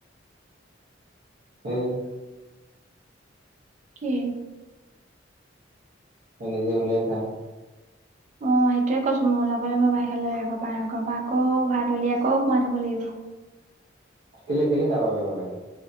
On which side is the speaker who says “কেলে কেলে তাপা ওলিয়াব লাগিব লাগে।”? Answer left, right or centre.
Right